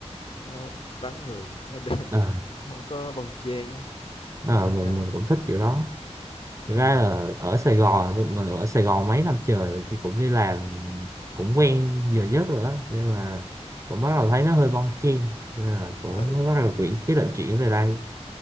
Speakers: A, on the left; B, on the right.
A: nó vắng người nó <laughs>
B: ờ,
A: không có bon chen
B: ờ, mình,
A: à,
B: mình cũng thích kiểu đó
A: ừ,
B: thực ra là ở Sài Gòn mình ở Sài Gòn mấy năm trời thì cũng đi làm cũng quen giờ giấc rồi đó nhưng mà cũng bắt đầu thấy nó hơi bon chen Nên là cũng
A: ừ
B: bắt đầu chuyển cái định chuyển về đây